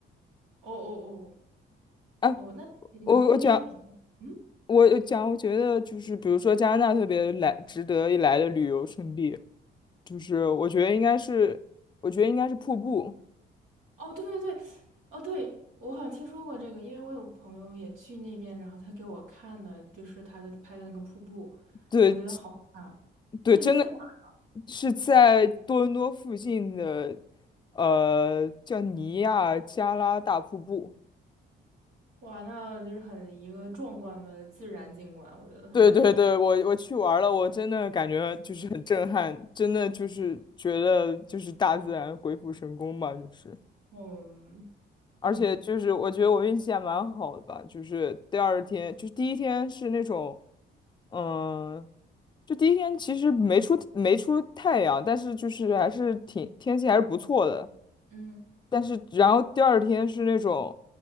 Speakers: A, on the right (about 85°); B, on the left (about 25°).
A: 哦哦
B: 啊，
A: 哦哦，那你们那边有什么？
B: 我我讲
A: 嗯，
B: 我讲，我觉得就是比如说加拿大特别来值得一来的旅游胜地，就是我觉得应该是我觉得应该是瀑布。
A: 哦对对对，哦对，我好像听说过这个，因为我有朋友也去那边，然后他给我看了，就是他的拍的那个瀑布，
B: 对，
A: 然后我觉得好好看啊这个是在哪儿？
B: 对，真的是在多伦多附近的，呃，叫尼亚加拉大瀑布。
A: 哇，那就是很一个壮观的自然景观，我觉得应该是。
B: 对对对，我我去玩儿了，我真的感觉就是很震撼，真的就是觉得就是大自然鬼斧神工吧，就是。
A: 哦，
B: 而且就是我觉得我运气还蛮好的吧，
A: 嗯，
B: 就是第二天，就是第一天是那种，嗯，就第一天其实没出没出太阳，但是就是还是挺天气还是不错的，
A: 嗯，
B: 但是然后第二天是那种